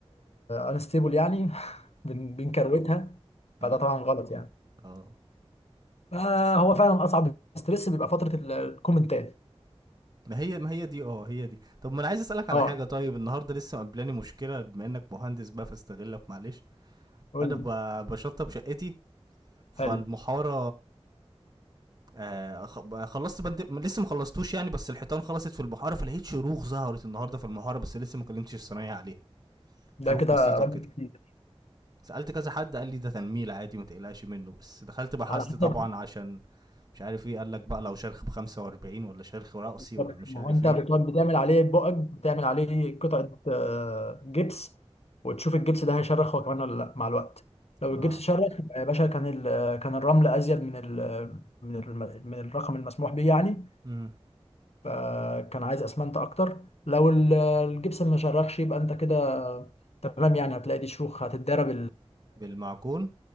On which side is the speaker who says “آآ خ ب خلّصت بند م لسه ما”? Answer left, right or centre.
Right